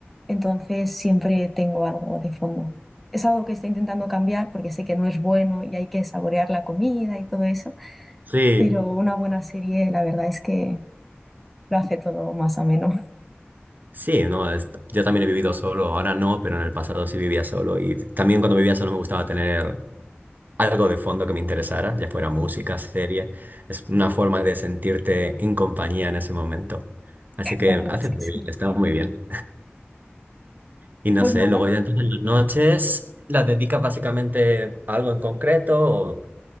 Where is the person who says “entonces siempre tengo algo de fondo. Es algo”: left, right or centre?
Centre